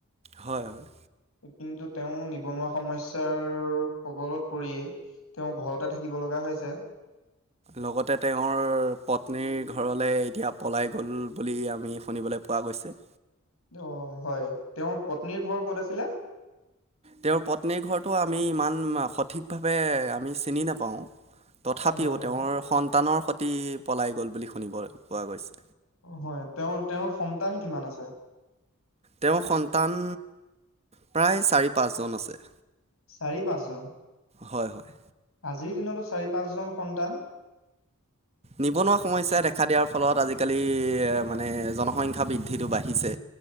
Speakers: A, on the right (about 30°); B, on the left (about 80°).
A: হয় হয়
B: কিন্তু তেওঁ নিবনুৱা সমস্যাৰ প্ৰবলত পৰিয়েই তেওঁৰ ঘৰতে থাকিব লগা হৈছে।
A: লগতে তেওঁৰ পত্নীৰ ঘৰলে এতিয়া পলাই গ'ল বুলি আমি শুনিবলৈ- পোৱা গৈছে
B: অ হয় তেওঁৰ পত্নীৰ ঘৰ ক'ত আছিলে।
A: তেওঁৰ পত্নীৰ ঘৰটো আমি ইমান সঠিক ভাৱে আমি চিনি নাপাওঁ। তথাপিও
B: অ হয়
A: তেওঁৰ
B: হয়
A: সন্তানৰ সতি পলাই গল বুলি শুনিব। পোৱা গৈছে।
B: হয় তেওঁ তেওঁৰ সন্তান কিমান আছে?
A: তেওঁৰ সন্তান প্ৰায় চাৰি পাঁচজন আছে
B: চাৰি পাঁচজন
A: হয় হয়।
B: আজিৰ দিনতো চাৰি পাঁচজন সন্তান।
A: নিবনুৱা সমস্যা দেখা দিয়াৰ ফলত আজিকালি মানে জনসংখ্যা বৃদ্ধিটো বাঢ়িছে